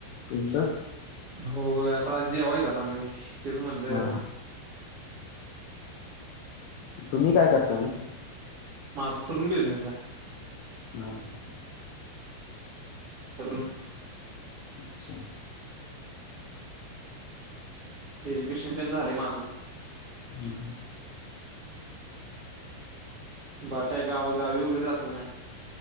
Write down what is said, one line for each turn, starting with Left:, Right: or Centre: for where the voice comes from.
Left: तुमचं
Right: हो आता जेवायच आता मी तेच म्हटलं
Left: हा तुम्ही काय करता मग
Right: माझा सरून बिझनेस आहे
Left: हम्म.
Right: सलुन
Left: अच्छा
Right: एज्युकेशन पण झालं माझं
Left: हम्म.
Right: बघ काय गावं गावी वगैरे जाते का नाही